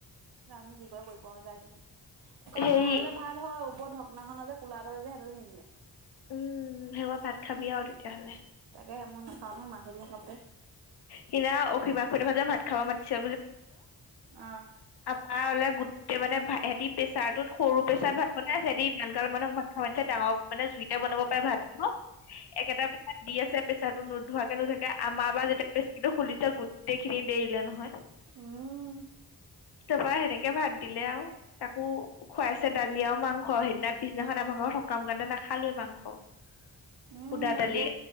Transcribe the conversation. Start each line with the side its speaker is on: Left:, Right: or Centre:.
Right: জানো যি কৰে কৰিব যায় জনী কুকাৰ
Left: হেৰি
Right: বহালে ভাত হল। বৰ ধকনাখন আ যে ক'লা ডাল যে হাইডাল নিদিলে।
Left: উম সেও ভাত খাবি আৰু তেতিয়াহ'লে
Right: তাকে মোৰ নাখাও নহয় মাকে হেতি খাব-
Left: সিদিনা অসীমা খুৰীদেউহঁতে ভাত খাব মাতিছে
Right: অ
Left: আৰু অললে গোটেই মানে ভ সিহতি প্ৰেছাৰটোত সৰু প্ৰেছাৰত ভাত বনাইছে সিহতি ইমান কাল মানুহক ভাত খাব মাতিছে ডাঙৰ মানে জুইতে বনাব পাৰে ভাতটো একেটা পিছাত দি আছে প্ৰেছাৰটো নোধোৱাকে লৈ থাকে আমাৰ বা যেতিয়া প্ৰেছাৰটো খুলিছে গোটেইখিনিত দেৰিলে নহয়।
Right: উম
Left: তাৰপৰা সেনেকে ভাত দিলে আও, তাকো খুৱাইছে দালি আৰু মাংস সেইদিনা পিছদিনাখন আমাৰঘৰ সকাম কাৰণে নাখালোৱে মাংস।
Right: উম
Left: সুধা দালিয়ে
Right: এইবোৰ